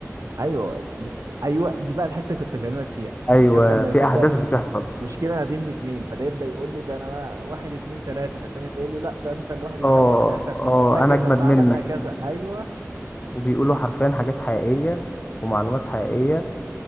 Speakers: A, on the right (about 75°); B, on the left (about 25°).
A: ايوه د- ايوه دي بقى الحته اللي كنت اكلمك فيها
B: ايوه
A: بالذات لما
B: في
A: يكون
B: احداث
A: بقى في
B: بتحصل
A: مشكله ما بين الاثنين فده يبدا يقول له ده انا ما- واحد اتنين تلاته فالتاني تقول له لا ده انت الواحد اتنين
B: اه
A: تلاته
B: اه
A: وفاكر
B: انا اجمد
A: لما
B: منك
A: عملنا كذا ايوه
B: وبيقولوا حرفيا حاجات حقيقية ومعلومات حقيقية